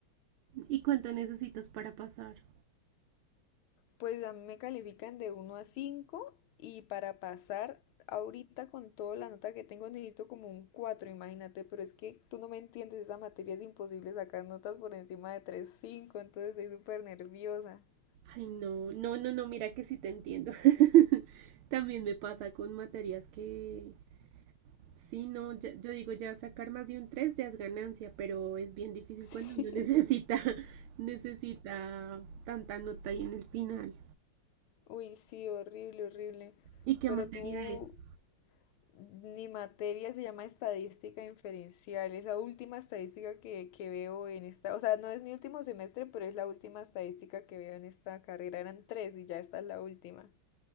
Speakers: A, on the right (about 85°); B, on the left (about 80°).
A: ¿Y cuánto necesitas para pasar?
B: Pues a mí me califican de uno a 5 y para pasar ahorita con toda la nota que tengo necesito como un cuatro imagínate, pero es que tú no me entiendes, esa materia es imposible sacar notas por encima de tres punto cinco entonces estoy súper nerviosa. <laughs>
A: Ay, no, no, no, no, mira que sí te entiendo. <laughs> También me pasa con materias que, sí, no, ya- yo digo, ya sacar más de un 3 ya es ganancia, pero es bien difícil
B: Sí.
A: cuando uno <laughs> necesita, necesita tanta nota ahí en el final.
B: Uy, sí, horrible, horrible.
A: ¿Y qué
B: Pero
A: materia
B: tú,
A: es?
B: Mi materia se llama estadística inferencial. Es la última estadística que, que veo en esta, o sea, no es mi último semestre, pero es la última estadística que veo en esta carrera. Eran tres y ya esta es la última.